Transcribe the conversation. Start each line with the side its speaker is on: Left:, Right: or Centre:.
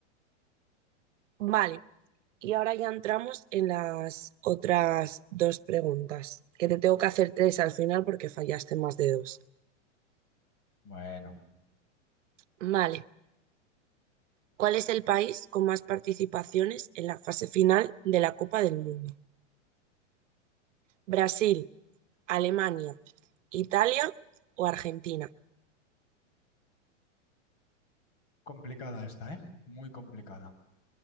Right: Vale. Y ahora ya entramos en las otras dos preguntas, que te tengo que hacer tres al final porque fallaste más de dos.
Left: Bueno,
Right: Vale. ¿Cuál es el país con más participaciones en la fase final de la Copa del Mundo? ¿Brasil, Alemania, Italia o Argentina?
Left: complicada esta, ¿eh? Muy complicada.